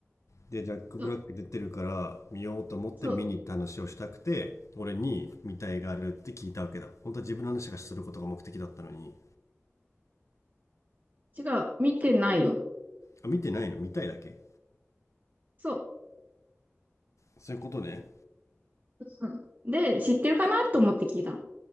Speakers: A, on the left; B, on the right.
A: で、ジャック・
B: そう。
A: ブラック出てるから見ようと思って見に行った話をしたくて、
B: そ
A: 俺に見たいがあるって聞いたわけだ。本当は自分の話がすることが目的だったのに。
B: う。違う。見てないよ。
A: あ、見てないの見たいだけ
B: そ
A: そういうことね。
B: う。うんで、知ってるかなと思って聞いたの。